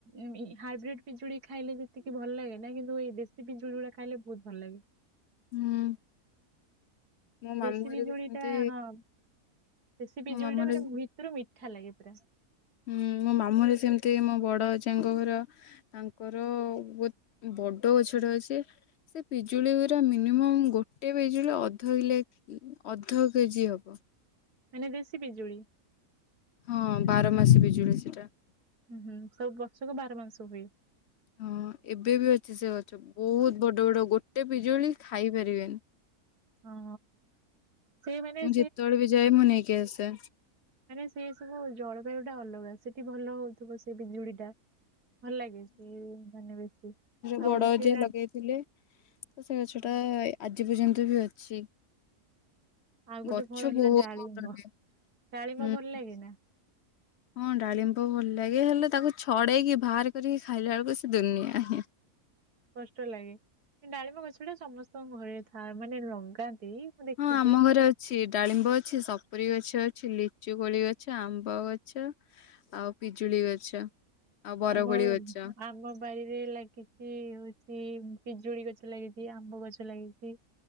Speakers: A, on the right; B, on the left.
A: ଏମ୍ ହାଇବ୍ରିଡ ପିଜୁଳି ଖାଇଲେ ଯେତିକି ଭଲ ଲାଗେ ନା କିନ୍ତୁ ଏଇ ଦେଶୀ ପିଜୁଳିଗୁଡା ଖାଇଲେ ବହୁତ ଭଲ ଲାଗେ।
B: ହୁଁ। ମୋ ମାମୁଁ
A: ଦେଶୀ
B: ଘରେ
A: ବିଜୁଳିଟା
B: ବି ସେମିତି
A: ହଁ ଦେଶୀ
B: ମୋ
A: ପିଜୁଳିଟା
B: ମାମୁଁ ଘରେ
A: ମାନେ ଭିତରୁ ମିଠା ଲାଗେ ପୁରା।
B: ହୁଁ ମୋ ମାମୁଁରେ ସେମିତି ମୋ ବଡଅଜାଙ୍କ ଘର। ତାଙ୍କର ବୋଉତ୍ ବଡ ଗଛଟେ ଅଛି। ସେ ପିଜୁଳି ଗୁରା ମିନିମମ୍ ଗୋଟେ ପିଜୁଳି ଅଧ କିଲେ ଅଧ କେଜି ହବ।
A: ମାନେ ଦେଶୀ ପିଜୁଳି।
B: ହଁ ବାରମାସି ପିଜୁଳି ସେଟା।
A: ହୁଁ ହୁଁ ସବୁ ବର୍ଷକ ବାରମାସ ହୁଏ।
B: ହଁ ଏବେ ବି ଅଛି, ସେ ଗଛ ବହୁତ ବଡ ବଡ ଗୋଟେ ପିଜୁଳି ଖାଇ ପାରିବେନି।
A: ହଁ ସେ ମାନେ
B: ମୁଁ ‍ଯେତେବେଳେ ବି ଯାଏ ମୁଁ ନେଇକି ଆସେ।
A: ଆରେ ସେ ସବୁ ଜଳବାୟୁଟା ଅଲଗା, ସେଠି ଭଲ ହଉଥିବ ସେ ବିଜୁଳିଟା। ଭଲ ଲାଗେ, ସେ ମାନେ ବେଶୀ
B: ବଡ
A: ଆଉ ସେ
B: ଅଜା
A: ହେଲା
B: ଲଗେଇଥିଲେ ତ ସେ ଗଛ
A: ହଁ
B: ଟା ଆଜି ପର୍ଯ୍ୟନ୍ତ ବି ଅଛି।
A: ଆଉ ଗୋଟେ
B: ଗଛ
A: ଫଳ ହେଲା
B: ବହୁତ
A: ଡାଳିମ୍ବ
B: ବଡ଼ ହୁଏ
A: ଡାଳିମ୍ବ
B: ହୁଁ।
A: ଭଲ ଲାଗେ ନା
B: ହଁ ଡାଳିମ୍ବ ଭଲ ଲାଗେ ହେଲେ ତାକୁ ଛଡେଇକି ବାହାର କରିକି ଖାଇଲା ବେଳକୁ ସେ ଦୁନିଆ ହିଁ।
A: କଷ୍ଟ ଲାଗେ କିନ୍ତୁ ଡାଳିମ୍ୱ ଗଛଟା ସମସ୍ତଙ୍କ ଘରେ ଥାଏ ମାନେ ଲଗାନ୍ତି। ମୁଁ ଦେଖିଛି
B: ହଁ ଆମ ଘରେ ଅ ଅଛି ଡାଳିମ୍ବ ଅଛି, ସପୁରୀ ଗଛ ଅଛି, ଲିଚୁକୋଳି ଗଛ, ଆମ୍ବ ଗଛ। ଆଉ ପିଜୁଳି ଗଛ ଆଉ ବରକୋଳି
A: ଆମ
B: ଗଛ।
A: ଆମ ବାରିରେ ଲାଗିଛି ହୋଉଛି ପିଜୁଳି ଗଛ ଲାଗିଛି, ଆମ୍ବ ଗଛ ଲାଗିଛି।